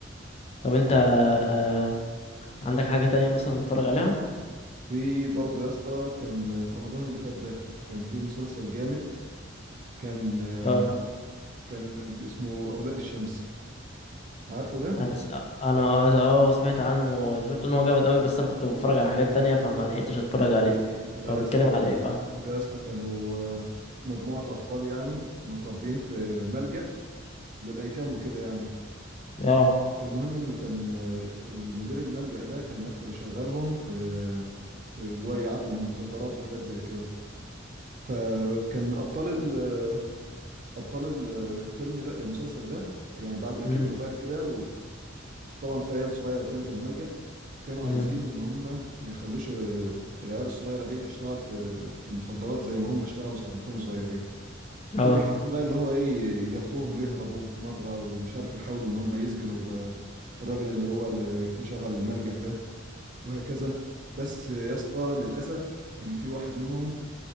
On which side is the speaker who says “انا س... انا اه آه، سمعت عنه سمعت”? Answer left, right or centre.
Left